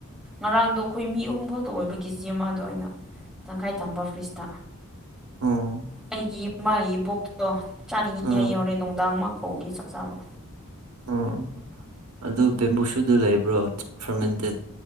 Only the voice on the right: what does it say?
ꯎꯝ
ꯎꯝ
ꯑꯣ ꯑꯗꯨ ꯕꯦꯝꯕꯨꯁꯨꯠꯗꯨ ꯂꯩꯕ꯭ꯔꯣ ꯐꯥꯔꯃꯦꯟꯇꯦꯠ